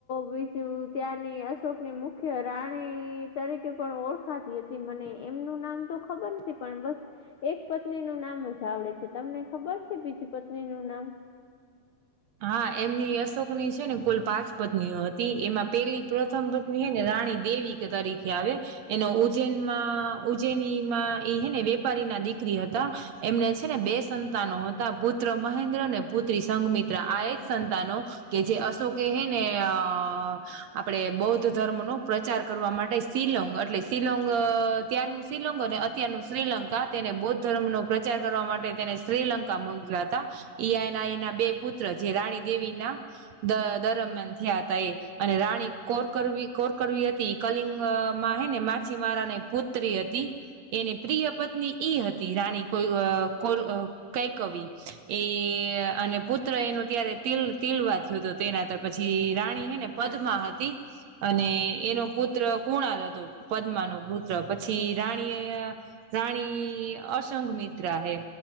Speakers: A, on the left; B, on the right.
A: બીજું ત્યાંની અસ <unintelligible> મુખ્ય રાણી તરીકે પણ ઓળખાતી હતી, મને એમનું નામ તો ખબર ને <unintelligible> પણ બસ એક પત્નીનું નામ જ આવડે છે તમને ખબર છે બીજી પત્ની નું નામ
B: હા એમની અશોકની છેને કુલ પાંચ પત્નીઓ હતી, એમાં પેલી પ્રથમ પત ની હે ને રાણી દેવી તરીકે આવે એનો ઉજ્જૈનમાં ઉજ્જૈનીમાં ઇ હે ને વેપારીના દીકરી હતા એમને છે ને બે સંતાનો હતા. ભૂત પુત્ર મહેન્દ્ર અને પુત્રી સંઘમિત આ એ જ સંતાનો કે જે અશોકે હે ને હમ્મ. આપણે બૌદ્ધ ધર્મનો પ્રચાર કરવા માટે શિલોંગ એટલે શિલોંગ ત્યારનું શિલોંગ અને અત્યારનું શ્રીલંકા. તેને બૌદ્ધ ધર્મનો પ્રચાર કરવા માટે તેને શ્રીલંકા મોકલ્યા હતા ઈઆ એના એના બે પુત પુત્ર જે રાણી દેવીના દ દરમિયાન થયા હતા એ અને રાણી કોરકરવી કોરકરવી હતી કલિંગ માં હે ને માછીમારાને પુત્રી હતી. એની પ્રિય પત્ની ઈ હતી રાની કોઈ કોલ અ કઈ કવિ એ અને પૂત <unintelligible> પુત્ર એનું ત્યારે તિલ તિલવા થયો તો તેના પછી રાણી હે ને પદ્માવતી અને એનો પુત્ર કુણાલ હતો પદ્મા નો પુત્ર પછી રાણી અ રાણી અસંંગ મિત્રા હે.